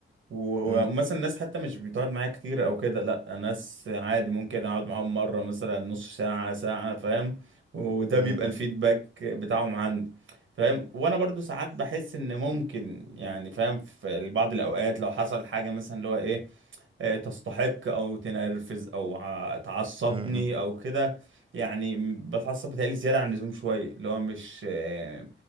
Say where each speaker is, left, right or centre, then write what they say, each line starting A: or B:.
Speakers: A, on the right; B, on the right.
A: و-
B: امم
A: ومثلا ناس حتى مش بتقعد معايا كتير او كده لا ناس عادي ممكن اقعد معاهم مره مثلا نص ساعه ساعه فاهم وده
B: امم
A: بيبقى الفيدباك بتاعهم عندي فاهم وانا برضو ساعات بحس ان ممكن يعني فاهم في بعض الاوقات لو حصل حاجه مثلا اللي هو ايه آه، تستحق او تنرفز او ع- تعصبني
B: امم
A: او كده يعني م- بتعصب بتهيألي زياده عن اللزوم شويه اللي هو مش آه،